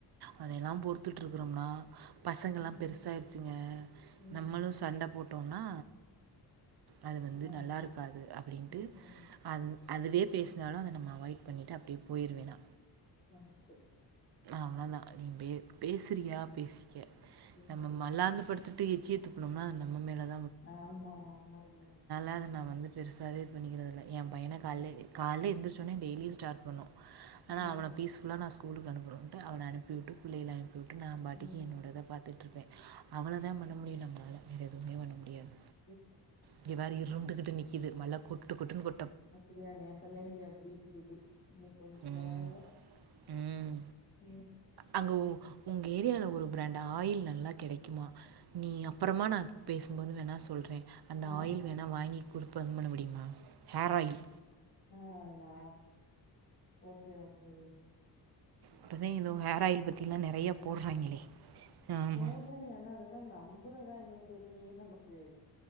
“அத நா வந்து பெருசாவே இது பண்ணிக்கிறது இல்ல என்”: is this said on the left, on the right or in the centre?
Right